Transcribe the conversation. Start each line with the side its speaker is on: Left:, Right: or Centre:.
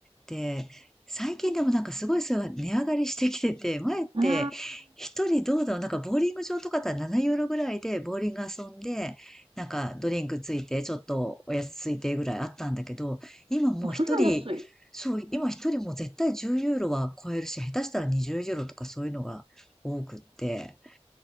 Centre: で、最近でもなんかすごいそれが値上がりしてきてて、前って一人どうだろう、
Right: あ
Centre: なんかボーリング場とかだったら7ユーロぐらいでボーリング遊んで、なんかドリンクついて、ちょっとおやつついてぐらいあったんだけど、今もう一人、
Right: あ、それは安い。
Centre: そう、今一人もう絶対10ユーロは超えるし、下手したら20ユーロとかそういうのが多くって、